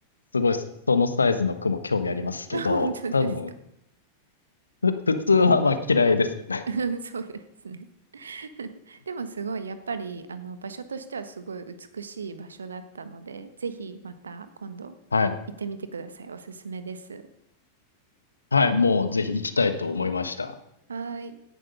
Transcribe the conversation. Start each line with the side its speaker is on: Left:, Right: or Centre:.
Left: すごいそのサイズの雲興味ありますけど、
Right: <laughs> 本当ですか。
Left: 多分、ふ、普通はまあ嫌いですよね。
Right: <laughs> そうですね。<laughs> でもすごい、やっぱり、あの、場所としてはすごい美しい場所だったので、ぜひまた今度
Left: はい。
Right: 行ってみてください。おすすめです。
Left: はい、もうぜひ行きたいと思いました。
Right: はーい。